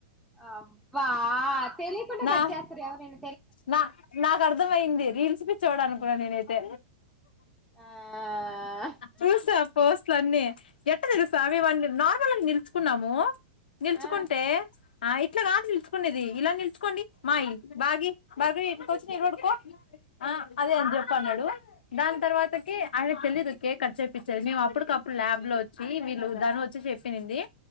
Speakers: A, in the centre; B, on the left.
A: అబ్బా తెలికుండ
B: నా
A: గట్ చేస్తార ఎవరైన
B: నా నాకు అర్థమయింది రీల్స్ పిచ్చోడనుకున్న నేనైతే
A: ఆ
B: చూసా పోస్ట్ల అన్నీ ఎట్ట తెలుసా మీ వన్ని నార్ మనం నిల్చుకున్నాము నిల్చుకుంటే
A: ఆ
B: ఆ ఇట్లా కాదు నిల్బుకునేది ఇలా నిల్బుకోండి మాయీ బాగి బాగీ ఎనకొచ్చి నిరుడుకో ఆ అదే అని చెప్పి అన్నాడు దాని తర్వాతకి ఆయనకు తెలిదు కేక్ కట్ చేప్పచ్చేది మేము అప్పుటికప్పుడు ల్యాబ్ లో వచ్చి వీళ్ళు ధన వచ్చి చెప్పి ఇనింది